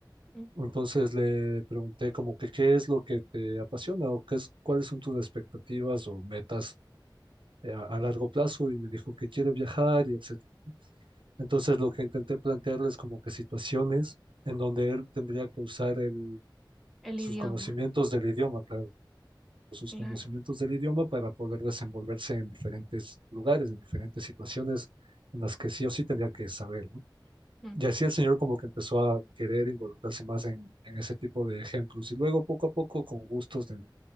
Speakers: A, in the centre; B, on the right (about 80°).
A: Mm,
B: Entonces le pregunté como que qué es lo que te apasiona o qué es, cuáles son tus expectativas o metas eh, a, a largo plazo y me dijo que quiere viajar y etcétera. Entonces lo que intenté plantearles como que situaciones en donde él tendría que usar el-
A: El
B: sus
A: idioma,
B: conocimientos del idioma, claro, sus
A: claro.
B: conocimientos del idioma para poder desenvolverse en diferentes lugares, en diferentes situaciones en las que sí o sí tendría que saber, ¿no?
A: Mm,
B: Y así el señor como que empezó a querer involucrarse más en, en ese tipo de ejemplos y luego poco a poco con gustos de,